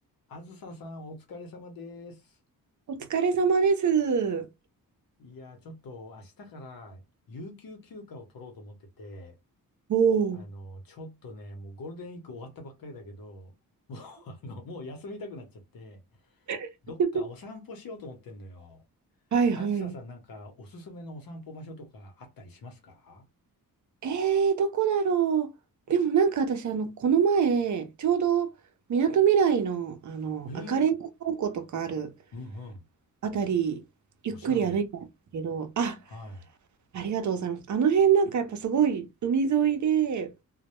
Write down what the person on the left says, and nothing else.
あずささん、お疲れ様です。
いや、ちょっと明日から有給休暇を取ろうと思ってて、
あの、ちょっとね、もうゴールデンウィーク終わったばっかりだけど、<laughs> もう、あの、もう休みたくなっちゃって、
どっかお散歩しようと思ってんのよ。
あずささん、なんかおすすめのお散歩場所とかあったりしますか
ええ
うんうん。
おしゃれ。
はい。